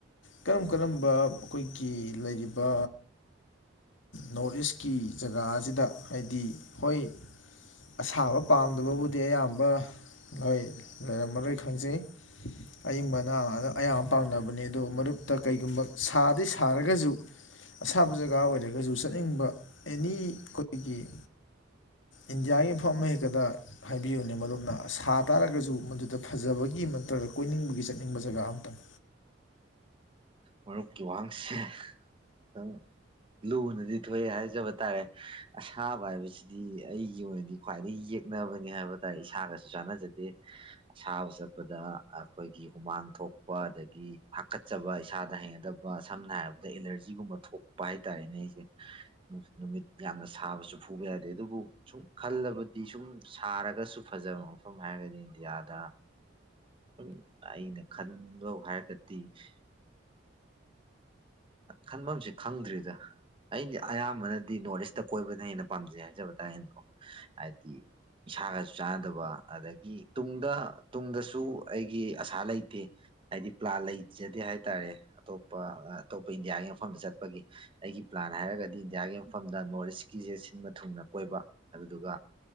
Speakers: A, on the left (about 80°); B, on the right (about 25°).
A: ꯀꯔꯝ ꯀꯔꯝꯕ ꯑꯩꯈꯣꯏꯒꯤ ꯂꯩꯔꯤꯕ ꯅꯣꯔꯠ ꯏꯁꯀꯤ ꯖꯒꯥꯁꯤꯗ ꯍꯥꯏꯗꯤ ꯍꯣꯏ ꯑꯁꯥꯕ ꯄꯥꯝꯗꯕꯕꯨꯗꯤ ꯑꯌꯥꯝꯕ ꯍꯣꯏ ꯂꯩꯔꯝꯃꯔꯣꯏ ꯈꯪꯖꯩ ꯑꯏꯤꯡꯕꯅ ꯑꯌꯥꯝꯕ ꯄꯥꯝꯅꯕꯅꯤ ꯑꯗꯣ ꯃꯔꯨꯞꯛꯇ ꯀꯩꯒꯨꯝꯕ ꯁꯥꯗꯤ ꯁꯥꯔꯒꯁꯨ ꯑꯁꯥꯕ ꯖꯒꯥ ꯑꯣꯏꯔꯒ ꯒꯁꯨ ꯆꯠꯅꯤꯡꯕ ꯑꯦꯅꯤ ꯑꯩꯈꯣꯏꯒꯤ ꯏꯟꯗꯤꯌꯥꯒꯤ ꯃꯐꯝ ꯑꯃ ꯍꯦꯛꯇꯗ ꯍꯥꯏꯕꯤꯌꯨꯅꯦ ꯃꯔꯨꯞꯅ ꯁꯥ ꯇꯥꯔꯒꯁꯨ ꯃꯗꯨꯗ ꯐꯖꯕꯒꯤ ꯅꯠꯇ꯭ꯔꯒ ꯀꯣꯏꯅꯤꯡꯕꯒꯤ ꯆꯠꯅꯤꯡꯕ ꯖꯒꯥ ꯑꯝꯇꯪ
B: ꯃꯔꯨꯞꯀꯤ ꯋꯥꯍꯪꯁꯦ ꯈꯤꯇꯪ ꯂꯨꯅꯗꯤ ꯊꯣꯛꯑꯦ ꯍꯥꯏꯖꯕ ꯇꯥꯔꯦ ꯑꯁꯥꯕ ꯍꯥꯏꯕꯁꯤꯗꯤ ꯑꯩꯒꯤ ꯑꯣꯏꯅꯗꯤ ꯈ꯭ꯋꯥꯏꯗꯒꯤ ꯌꯦꯛꯅꯕꯅꯤ ꯍꯥꯏꯕ ꯇꯥꯔꯦ ꯏꯁꯥꯒꯁꯨ ꯆꯥꯟꯅꯖꯗꯦ ꯑꯁꯥꯕ ꯆꯠꯄꯗ ꯑꯩꯈꯣꯏꯒꯤ ꯍꯨꯃꯥꯡ ꯊꯣꯛꯄ ꯑꯗꯒꯤ ꯍꯥꯀꯠꯆꯕ ꯏꯁꯥꯗ ꯍꯩꯅꯗꯕ ꯁꯝꯅ ꯍꯥꯏꯔꯕꯗ ꯑꯦꯂꯔꯖꯤꯒꯨꯝꯕ ꯊꯣꯛꯄ ꯍꯥꯏꯇꯥꯔꯦꯅꯦ ꯑꯩꯁꯦ ꯅꯨꯃꯤꯠ ꯌꯥꯝꯅ ꯁꯥꯕꯁꯨ ꯐꯨꯕ ꯌꯥꯗꯦ ꯑꯗꯨꯕꯨ ꯁꯨꯝ ꯈꯜꯂꯕꯗꯤ ꯁꯨꯝ ꯁꯥꯔꯒꯁꯨ ꯐꯖꯕ ꯃꯐꯝ ꯍꯥꯏꯔꯒꯗꯤ ꯏꯟꯗꯤꯌꯥꯗ ꯁꯨꯝ ꯑꯩꯅ ꯈꯟꯕ ꯍꯥꯏꯔꯒꯗꯤ <unintelligible> ꯈꯟꯐꯝꯁꯤ ꯈꯪꯗ꯭ꯔꯤꯗ ꯑꯩꯗꯤ ꯑꯌꯥꯝꯕꯅꯗꯤ ꯅꯣꯔꯠ ꯏꯁꯇ ꯀꯣꯏꯕꯅ ꯍꯦꯟꯅ ꯄꯥꯝꯖꯩ ꯍꯥꯏꯖꯕ ꯇꯥꯔꯦꯅꯦꯀꯣ ꯍꯥꯏꯗꯤ ꯏꯁꯥꯒꯁꯨ ꯆꯥꯟꯅꯗꯕ ꯑꯗꯒꯤ ꯇꯨꯡꯗ ꯇꯨꯡꯗꯁꯨ ꯑꯩꯒꯤ ꯑꯁꯥ ꯂꯩꯇꯦ ꯍꯥꯏꯗꯤ ꯄ꯭ꯂꯥ ꯂꯩꯖꯗꯦ ꯍꯥꯏ ꯇꯥꯔꯦ ꯑꯇꯣꯞꯄ ꯑꯇꯣꯞꯄ ꯏꯟꯗꯤꯌꯥꯒꯤ ꯃꯐꯝꯗ ꯆꯠꯄꯒꯤ ꯑꯩꯒꯤ ꯄ꯭ꯂꯥꯟ ꯍꯥꯏꯔꯒꯗꯤ ꯏꯟꯗꯤꯌꯥꯒꯤ ꯃꯐꯝꯗ ꯅꯣꯔꯠ ꯏꯁꯀꯤꯁꯦ ꯁꯤꯟꯕ ꯊꯨꯡꯅ ꯀꯣꯏꯕ ꯑꯗꯨꯗꯨꯒ